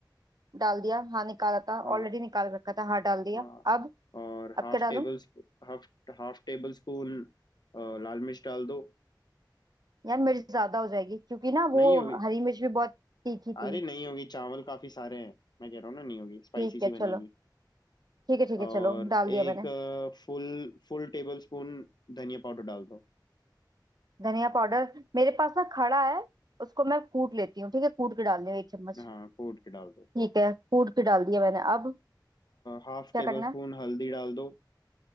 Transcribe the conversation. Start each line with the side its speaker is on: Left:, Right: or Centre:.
Right: डाल दिया हाँ निकाला था
Left: आ,
Right: ऑलरेडी निकाल रखा था हाँ डाल दिया
Left: हाँ
Right: अब
Left: और
Right: अब
Left: half
Right: क्या डालूं
Left: table half half tablespoon लाल मिर्च डाल दो
Right: यार मिर्च ज्यादा हो जाएगी क्योंकि ना
Left: नहीं
Right: वो
Left: होगी
Right: हरी मिर्च भी बहुत तीखी थी
Left: अरे नहीं होगी चावल काफी सारे हैं मैं कह रहा हूँ ना नहीं होगी स्पाइसी
Right: ठीक
Left: सी
Right: है
Left: बनेगी
Right: चलो ठीक है ठीक है
Left: और
Right: चलो डाल दिया
Left: एक
Right: मैंने
Left: फुल फुल टेबल स्पून धनिया पाउडर डाल दो
Right: धनिया पाउडर मेरे पास ना खड़ा है उसको मैं कूट लेती हूँ ठीक है कूट के डाल रही हूँ एक चम्मच
Left: हाँ कूट के डाल दो
Right: ठीक है कूट के डाल दिया मैंने अब
Left: हाफ
Right: क्या
Left: टेबल
Right: करना है
Left: स्पून हल्दी डाल दो